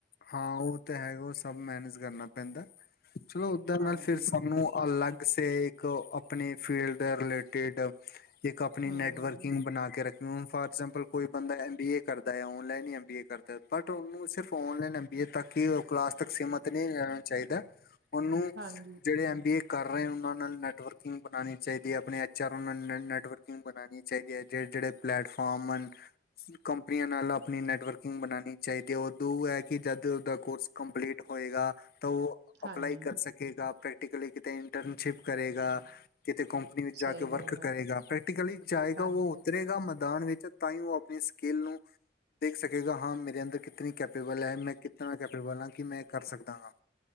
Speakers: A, on the left; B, on the right.
A: ਹਾਂ ਉਹ ਤੇ ਹੈਗਾ ਉਹ ਸਭ ਮੈਨੇਜ ਕਰਨਾ ਪੈਂਦਾ ਚਲੋ ਉਓਧਰ
B: ਹਾਂਜੀ
A: ਨਾਲ ਫੇਿਰ ਸਾਨੂੰ ਅਲੱਗ ਸ ਕੋ ਆਪਣੀ ਫੀਲਡ ਦੇ ਰਿਲੇਟਿਡ ਇੱਕ ਆਪਣੀ
B: ਹਮ
A: ਨੈਟਵਰਕਿੰਗ ਬਣਾ ਕੇ ਰੱਖ ਫਾਰ ਐਗਜਾਮਪਲ ਕੋਈ ਬੰਦਾ ਐਮ ਬੀ ਏ ਕਰਦਾ ਹੈ ਔਨਲਾਈਨ ਹੀ ਐਮ ਬੀ ਏ ਕਰਦਾ ਹੈ ਬਟ ਉਹਨੂੰ ਸਿਰਫ ਔਨਲਾਈਨ ਬੀਏ ਤੱਕ ਕਲਾਸ ਤੱਕ ਸੀਮਤ ਨਹੀਂ ਰਹਿਣਾ ਚਾਹੀਦਾ ਉਹਨੂੰ
B: ਹਾਂਜੀ
A: ਜਿਹੜੇ ਐਮ ਬੀ ਏ ਕਰ ਰਹੇ ਉਹਨਾਂ ਨਾਲ ਨੈੱਟਵਰਕਿੰਗ ਬਣਾਉਣੀ ਚਾਹੀਦੀ ਹੈ ਆਪਣੇ ਐੱਚ ਆਰ ਓ ਨਾਲ ਨ ਨੈੱਟਵਰਕਿੰਗ ਬਣਾਉਣੀ ਚਾਹੀਦੀ ਹੈ ਜਿਹੜੇ ਜਿਹੜੇ ਪਲੈਟਫਾਰਮ ਹਨ ਕੰਪਨੀਆਂ ਨਾਲ ਆਪਣੀ ਨੈੱਟਵਰਕਿੰਗ ਬਣਾਉਣੀ ਚਾਹੀਦੀ ਹੈ ਉਦੋਂ ਹੈ ਕਿ ਜਦ ਉਹਦਾ ਕੋਰਸ ਕੰਪਲੀਟ ਹੋਏਗਾ ਤਾਂ ਉਹ
B: ਹਾਂਜੀ
A: ਅਪਲਾਈ ਕਰ ਸਕੇਗਾ ਪ੍ਰੈਕ ਪ੍ਰੈਕਲੀ ਕਿਤੇ ਇੰਟਰਨਸ਼ਿਪ ਕਰੇਗਾ ਕਿਤੇ ਕੰਪਨੀ ਵਿੱਚ ਜਾ
B: ਸਹੀ
A: ਕੇ ਵਰਕ
B: ਗੱਲ ਹੈ
A: ਕਰੇਗਾ ਪ੍ਰੈਕਟੀਕਲੀ ਜਾਏਗਾ
B: ਹਾਂਜੀ
A: ਉਹ ਉਤਰੇਗਾ ਮੈਦਾਨ ਵਿੱਚ ਤਾਂ ਹੀ ਉਹ ਆਪਣੀ ਸਕਿੱਲ ਨੂੰ ਦੇਖ ਸਕੇਗਾ ਹਾਂ ਮੇਰੇ ਅੰਦਰ ਕਿਤਨੀ ਕੈਪੇਬਲ ਬਲ ਮੈਂ ਕਿੱਥਾਂ ਕ ਫਿਰ ਬੋਲਾਂ ਕਿ ਮੈਂ ਕਰ ਸਕਦਾ ਗਾਂ